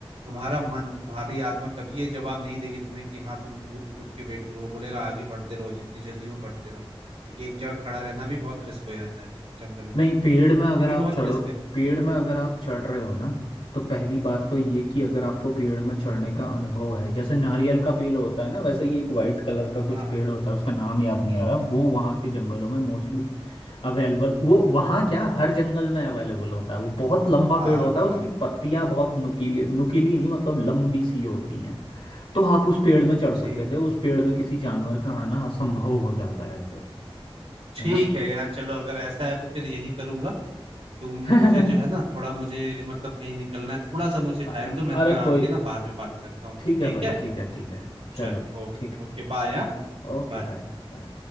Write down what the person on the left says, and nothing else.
नहीं पेड़ में अगर
आप
चढ़ो
पेड़ में अगर आप चढ़ रहे हो ना तो पहली बात तो ये कि अगर आपको पेड़ में चढ़ने का अनुभव है जैसे नारियल का पेड़ होता है ना वैसे ही एक वाइट कलर का कुछ
पेड़ होता है उसका नाम याद नहीं आ रहा वो वहाँ के जंगलों में मोस्टली अवेलेबल वो वहाँ क्या हर जंगल में अवेलेबल होता है वो बहुत लंबा
पेड़ होता
है उसकी पत्तियाँ बहुत नुकीली नुकीली नहीं मतलब लंबी सी होती हैं तो आप उस पेड़ में चढ़ सकते
थे उस
पेड़ में किसी जानवर का आना असंभव हो जाता है फिर
है
ना
<laughs>
अ-
अरे
कोई
ठीक है
भाई
ठीक है ठीक है चलो
ठीक है
ओके
बाय बाय